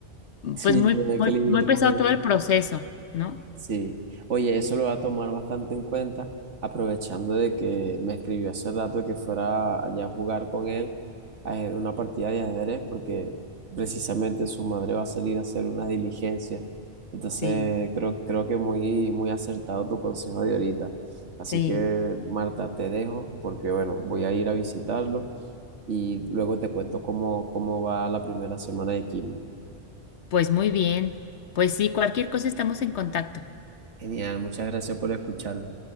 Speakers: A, on the right (about 85°); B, on the left (about 75°).
A: Sí,
B: pues muy,
A: tener
B: muy,
A: que lidiar
B: muy pesado
A: con eso.
B: todo el proceso, ¿no?
A: Sí, oye, eso lo voy a tomar bastante en cuenta, aprovechando de que me escribió hace rato que fuera allá a jugar con él a eh, una partida de ajedrez, porque precisamente su madre va a salir a hacer unas diligencias. Entonces,
B: Sí.
A: creo, creo que muy, muy acertado tu consejo de ahorita. Así
B: Sí,
A: que, Marta, te dejo, porque bueno, voy a ir a visitarlo y luego te cuento cómo, cómo va la primera semana de quimio.
B: pues muy bien. Pues sí, cualquier cosa estamos en contacto.
A: Genial, muchas gracias por escucharme.